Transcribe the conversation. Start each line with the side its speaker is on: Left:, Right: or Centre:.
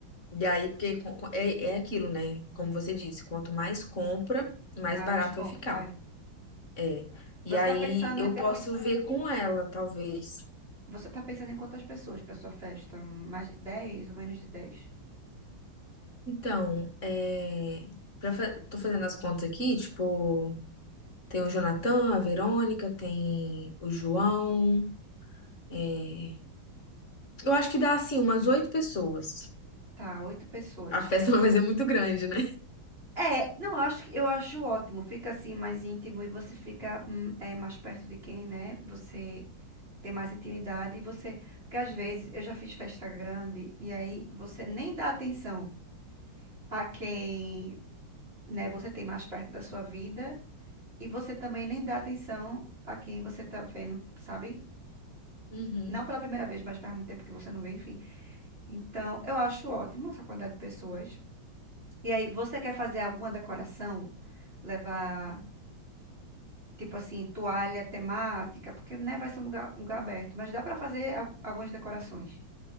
Left: E aí, porque com- com- é, é aquilo, né? Como você disse, quanto mais compra, mais
Right: Maior
Left: barato
Right: desconto.
Left: vai ficar.
Right: É.
Left: É. E
Right: Você
Left: aí
Right: tá pensando
Left: eu
Right: em ter...
Left: posso
Right: quan-
Left: ver com ela, talvez.
Right: Você tá pensando em quantas pessoas para sua festa? Mais de 10 ou menos de 10?
Left: Então, é, pra fa- tô fazendo as contas aqui, tipo, tem o Jonathan, a Verônica, tem o João. é. Eu acho que dá, assim, umas oito pessoas.
Right: Tá, oito pessoas.
Left: A festa <laughs> não vai ser muito grande, né?
Right: É, não, eu acho que eu acho ótimo. Fica assim mais íntimo e você fica hum, é, mais perto de quem, né? Você tem mais intimidade e você, porque às vezes eu já fiz festa grande e aí você nem dá atenção a quem, né? Você tem mais perto da sua vida e você também nem dá atenção a quem você tá vendo, sabe?
Left: Uhum.
Right: Não pela primeira vez, mas faz muito tempo que você não vê, enfim. Então, eu acho ótimo essa quantidade de pessoas. E aí, você quer fazer alguma decoração? Levar Tipo assim, toalha temática, porque, né, vai ser um lugar, um lugar aberto. Mas dá pra fazer al- algumas decorações.